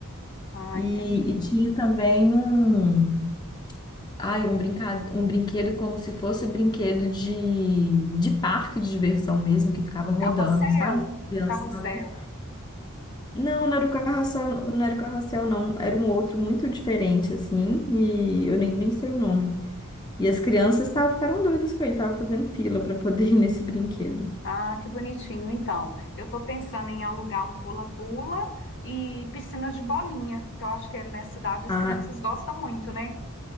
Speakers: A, on the left; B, on the left.
A: Ah,
B: E,
A: entendi.
B: e tinha também um, ai, um, brinca, um brinquedo como se fosse brinquedo de, de parque de diversão mesmo, que ficava rodando,
A: Carrossel?
B: sabe? Que as crianças
A: Carrossel.
B: estavam- Não, não era o carrossel, não era o carrossel, não. Era um outro muito diferente, assim, e eu nem, nem sei o nome. E as crianças tavam, ficaram doidas com ele, estavam fazendo fila para poder <laughs> ir nesse brinquedo.
A: Ah, que bonitinho. Então, eu estou pensando em alugar um pula-pula e piscina de bolinha, que eu acho que é nessa idade as
B: Ah,
A: crianças gostam muito, né?